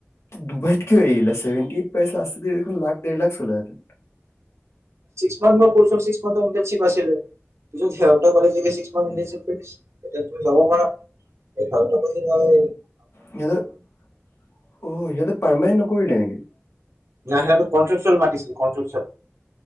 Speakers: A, on the left; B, on the right.
A: তে দুবাইত কিয় এৰিলা? ছেভেন্টি এইট পাইছা আস্তে ধীৰে দেখুন লাখ দেৰ লাখ ছুলে হেতেন
B: ইমান দিন কোৰ্সৰ ইনৰ্টানশ্বিপ আছিলে পিছত সিহঁতে কলে যে এতিয়া ছিক্স মান্থ ইনৰ্টানশ্বিপ শেষ এতিয়া তুমি যাব পাৰা, ঘৰতে ও কৈছে নাই
A: সিহঁতে অ সিহঁতে পাৰ্মানেন্ট কৰিলে নেকি
B: নাই সিহঁতে কট্ৰেকচুৱেল মাতিছিল কট্ৰেকচুৱেল